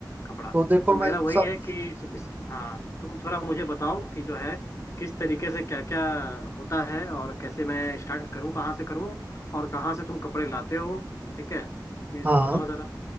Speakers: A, on the left (about 40°); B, on the right (about 25°).
A: कपड़ा
B: तो देखो
A: तो मेरा
B: मैं
A: वही
B: सब
A: है कि इस, इस, हाँ तुम थोड़ा मुझे बताओ कि जो है किस तरीके से क्या क्या होता है और कैसे मैं स्टार्ट करूँ कहाँ से करूँ और कहाँ से तुम कपड़े लाते हो ठीक है ये सब
B: हाँ
A: बताओ जरा